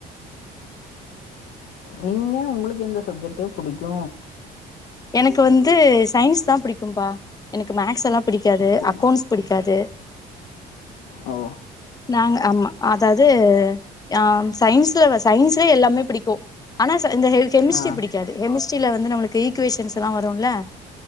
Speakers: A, on the left; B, on the left.
A: நீங்க உங்ளுக்கு எந்த சப்ஜெக்ட் புடிக்கு
B: எனக்கு வந்து சயின்ஸ் தா பிடிக்கும்பா எனக்கு மேக்ஸ் எல்லா பிடிக்காது
A: சேரி
B: அக்கௌண்ட்ஸ்
A: சேரி
B: பிடிக்கு அது
A: ஓ
B: நாங்க ஆமா அதாது அ சயின்ஸ்ல சயின்ஸ்லே எல்லாமே பிடிக்கு ஆனா ச இந்த கெ கெமிஸ்ட்ரி
A: ஆ
B: பிடிக்காது கெமிஸ்ட்ரில வந்து நம்ளுக்கு ஈக் க்குவேஷன்ஸ்லா வருல்ல